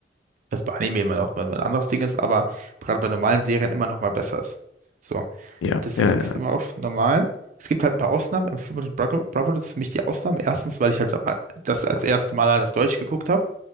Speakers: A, on the right; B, on the left.
A: das bei Anime immer noch mal ein anderes Ding ist, aber gerade bei normalen Serien immer noch mal besser ist. So,
B: Ja,
A: deswegen
B: ja,
A: gucke
B: ja.
A: ich es immer auf normalen. Es gibt halt ein paar Ausnahmen. Im Film mit Bravo, Bravo, das ist für mich die Ausnahme. Erstens, weil ich halt das als erstes Mal halt auf Deutsch geguckt habe.